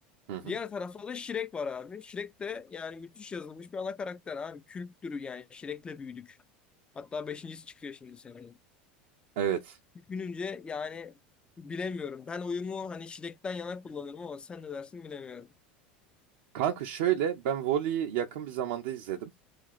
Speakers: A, on the right; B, on the left.
A: Hı hı.
B: Diğer tarafta da Shrek var abi. Shrek de yani müthiş yazılmış bir ana karakter abi. Kültürü yani Shrek'le büyüdük. Hatta beşincisi çıkıyor şimdi seneye.
A: Evet.
B: Düşününce yani bilemiyorum. Ben oyumu hani şiddetten yana kullanırım ama sen ne dersin bilemiyorum.
A: Kanka şöyle ben volleyi yakın bir zamanda izledim.